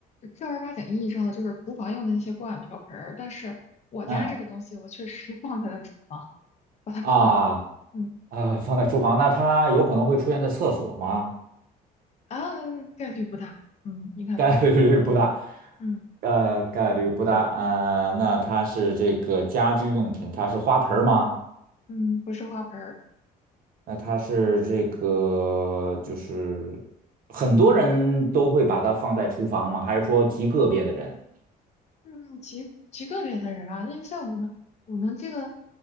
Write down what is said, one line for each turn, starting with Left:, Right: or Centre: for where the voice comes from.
Left: 正儿八经意义上的就是厨房用的那些锅碗瓢盆儿，但是我家这个东西我确实
Right: 嗯
Left: <laughs> 放在了厨房，把它放在了厨房，
Right: 啊，
Left: 嗯，
Right: 啊，放在厨房，那它有可能会出现在厕所吗？
Left: 啊，概率不大，嗯，应该不，
Right: 概率不大，
Left: 嗯
Right: 呃，概率不大。呃，那它是这个家居用品，它是花盆儿吗？
Left: 嗯，不是花盆儿，
Right: 那它是这个，就是很多人都会把它放在厨房吗？
Left: 你说，
Right: 还是说极个别的人？
Left: 嗯，极极个别的人啊，因为像我们我们这个